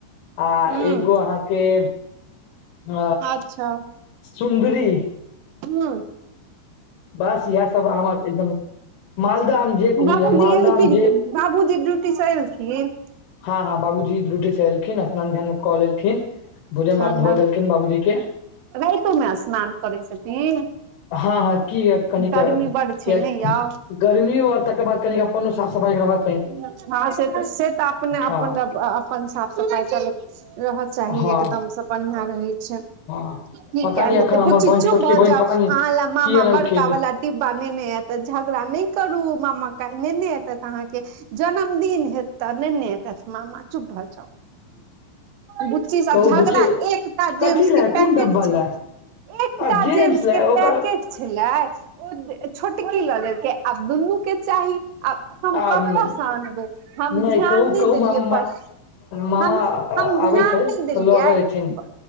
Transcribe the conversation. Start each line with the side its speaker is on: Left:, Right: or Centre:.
Left: आ
Right: हेँ
Left: एगो
Right: ह
Left: अहाँके अ
Right: अच्छा
Left: सुन्दरी।
Right: ह्म।
Left: बस इएह सब आम आब एकदम, मालदह आम जे कहू
Right: बाबूजी
Left: यए मालदमे
Right: एलखिन
Left: आम जे
Right: बाबूजी ड्यूटी सँ एलखिन?
Left: हँ हँ, बाबूजी ड्यूटी सँ एल- खिन स्नान-ध्यान कऽ लेलखिन,
Right: हन
Left: भोजन-भात भऽ गेलखिन बाबूजीके।
Right: रातिओमे स्नान करैत छथिन?
Left: हँ हँ किएक कनिके
Right: गर्मी बड छै
Left: किएक
Right: ने यौ
Left: गर्मी और तकर बाद कनिक अपनो साफ-सफाईके रहल।
Right: बच्चा हँ से तऽ से तऽ आब अपने अपन
Left: हँ
Right: अ अपन साफ सफाइके रहट चाही
Left: हँ
Right: एकदमसँ बढ़िआँ रहैत छै।
Left: हँ
Right: की
Left: पता
Right: कएल
Left: नहि एखन
Right: जेतै।
Left: हमर
Right: बुच्ची
Left: बहिन
Right: चुप
Left: छोटकी
Right: भऽ
Left: बहिन
Right: जाउ,
Left: पता नहि
Right: अहाँ लए मामा
Left: की अनलखिन
Right: बड़कावला डिब्बा नेने एतथि। झगड़ा नहि करू, मामा काल्हि नेने एतथि। अहाँके जन्मदिन हएत तऽ नेने एतैथ मामा, चुप भऽ जाउ। बुच्ची सब
Left: कहू
Right: झगड़ा,
Left: बुच्ची
Right: एकटा जेम्स
Left: कथी
Right: के
Left: लए
Right: पैकेट
Left: कोन डब्बा
Right: छै
Left: लए
Right: एकटा
Left: आ
Right: जेम्स
Left: लए
Right: के
Left: ओकर
Right: पैकेट छलै ओ ब् छोटकी लऽ लेलकै, आब दुनू के चाही, आब हम
Left: आ
Right: कतयसँ आनबै? हम
Left: नहि
Right: ध्यान
Left: कहू
Right: नहि
Left: कहू
Right: देलियै,
Left: माम
Right: बस
Left: मामा
Right: हम हम ध्यान
Left: आबै छै
Right: नहि देलियै,
Left: तऽ लऽ कऽ एथिन
Right: ब्-